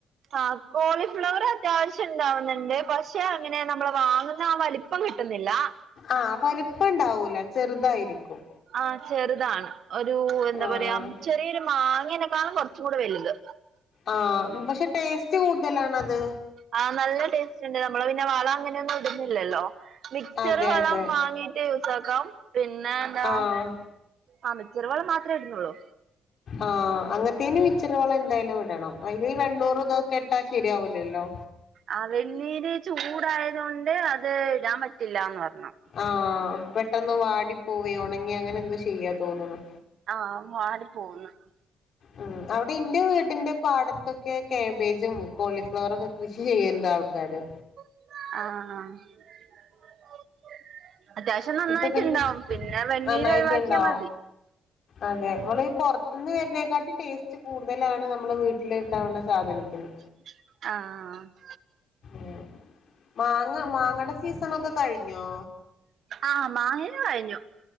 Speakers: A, on the right; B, on the left.
A: ആഹ് കോളിഫ്ലവറത്യാവശ്യം ഉണ്ടാവുന്നിണ്ട് പഷെ അങ്ങനെ നമ്മള് വാങ്ങുന്ന ആഹ് വലി പ്പങ്കിട്ട്ന്നില്ല
B: ആഹ് വലിപ്പം ഉണ്ടാവൂല ചെറുതായിരിക്കും.
A: ആഹ് ചെറിതാണ് ഒരു എന്താ
B: ആഹ്
A: പറയാ ചെറീയൊരു മാങ്ങനെക്കാളും കൊർച്ചുങ്കൂടെ വെലുത്
B: ആഹ് പഷെ ടേസ്റ്റ് കൂട്തലാണത്.
A: ആഹ് നല്ല ടേസ്റ്റിണ്ട് നമ്മള് പിന്നെ വളങ്ങനൊന്നും ഇടുന്നില്ലല്ലോ. മിക്ച്ചർ
B: അതെ
A: വളം
B: അതെ
A: വാങ്ങീട്ട് യൂസാക്കാം പിന്നെ ഏതാ
B: ആഹ്
A: ആ മിച്ചറ് വളം മാത്രേ ഇട്ന്നുള്ളൂ
B: ആഹ് അങ്ങൻത്തീന് മിച്ചറ് വളം എന്തായ്ലും ഇടണം അയ്നീ വണ്ണൂറുതൊ കെട്ടാ ശെരിയാവൂലല്ലോ
A: ആ വെണ്ണീര് ചൂടായത് കൊണ്ട് അത് ഇടാൻ പറ്റില്ലാന്ന് പറഞ്ഞ്
B: ആഹ് പെട്ടന്ന് വാടിപ്പോവേ ഒണങ്ങേ അങ്ങനെ എന്തോ ചെയ്യാ തോന്നുന്നു
A: ആഹ് വാടി പോകുന്നു.
B: ഉം അവ്ടെ ഇന്റെ വീടിന്റെ പാടത്തൊക്ക കാബേജും കോളിഫ്ലവറൊക്കെ കൃഷി ചെയ്യിണ്ട് ആൾക്കാര്
A: ആഹ് ആഹ് അത്യാവശ്യം നന്നായിട്ട്ണ്ടാവും
B: ഇപ്പൊ പി
A: പിന്നെ വെണ്ണീര്
B: നന്നായിട്ടുണ്ടാവും
A: ഒഴിവാക്കിയാൽ മതി.
B: അതെ ഇങ്ങളീ പൊർത്തിന്ന് വെര്നേ കാട്ടി ടസ്റ്റ് കൂടുതലാണ് നമ്മുടെ വീട്ടില്ണ്ടാവ്ണ സാധനത്തിന്.
A: ആഹ് ആഹ്
B: ഏഹ് മാങ്ങ മാങ്ങടെ സീസണൊക്കെ കഴിഞ്ഞോ?
A: ആഹ് മാങ്ങെ കഴിഞ്ഞു